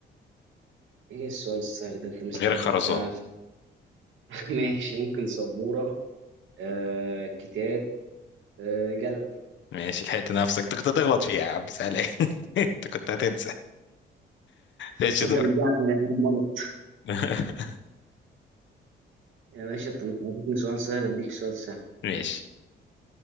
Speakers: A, on the right (about 75°); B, on the left (about 70°).
A: ايه السؤال السهل ده انت مست...
B: غير الخرزانة
A: انت <laughs> ماشي ممكن سبورة آه كتاب آه قلم
B: ماشي لحقت نفسك انت كنت هتغلط فيها يا عم سهلة <laughs> ايه انت كنت هتنسى ماشي
A: بس انت
B: دور
A: رجعتني لأيام مضت
B: <laughs>
A: يا باشا انت مش هتديني سؤال سهل اديك سؤال سهل
B: ماشي